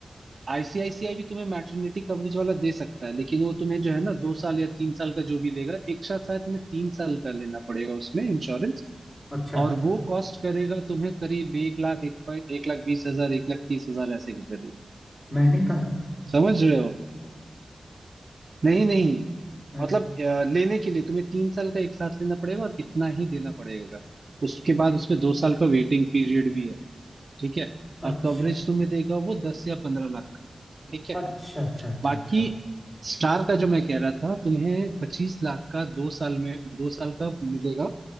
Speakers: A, on the right; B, on the left.
A: आईसीआईसीआई भी तुम्हें मैटरनिटी कवरेज वाला दे सकता है लेकिन वो तुम्हें जो है ना दो साल या तीन साल का जो भी लेगा एक साथ शायद तुम्हें तीन साल का लेना पड़ेगा उसमें इंश्योरेंस
B: अच्छा
A: और वो कॉस्ट करेगा तुम्हें करीब एक लाख एक, प- एक लाख बीस हजार एक लाख तीस हजार ऐसे के करीब
B: मैंने कहा
A: समझ रहे हो नहीं नहीं
B: हाँ
A: मतलब अ, लेने के लिए तुम्हें तीन साल का एक साथ लेना पड़ेगा और इतना ही देना पड़ेगा उसके
B: ए,
A: बाद
B: ए,
A: उसमें दो साल का वेटिंग पीरियड भी है ठीक है
B: अच्छा
A: और कवरेज तुम्हें देगा वो दस या पंद्रह लाख का ठीक है
B: अच्छा अच्छा अच्छा
A: बाकी
B: अच्छा
A: स्टार का जो मैं कह रहा था तुम्हें पच्चीस लाख का दो साल में दो साल का मिलेगा